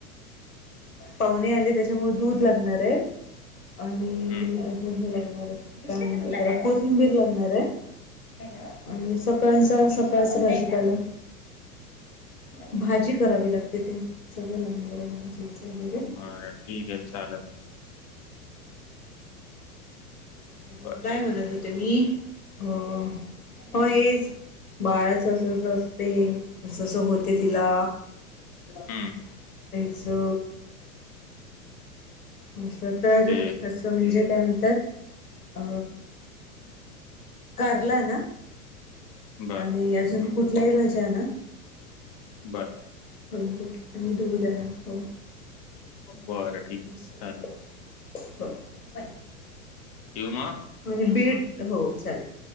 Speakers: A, on the left; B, on the left.
A: पाहुणे आले त्याच्यामुळ दूध लागणार आहे <unintelligible> आणि
B: हम्म.
A: अजूनून <unintelligible> हे लावणार आहे त्यानंतर त्यारा कोथिंबीर लावणारय आणि सकाळच सकाळच भाजीपाला भाजी करावी लागते ते सगळं लागणार ज वगैरे <inaudible>
B: बरं ठीक आहे चालेल.
A: अजून
B: बरं.
A: काय म्हणत होते मी हो हो हेच बाळाच अस असते अस अस होते तिला
B: हम्म
A: सो <unintelligible> असं तर
B: ओके.
A: असं म्हणजे <unintelligible> म्हणत्यात अ कारल ना <unintelligible>
B: बर.
A: आणि अजून कुठल्याही भाज्या ना
B: बर.
A: हो आणि धुऊ द ना हो
B: बरं
A: च्
B: ठीक आहे. चालेल.
A: <inaudible>
B: किव म
A: म्हणजे बीड हो चालेल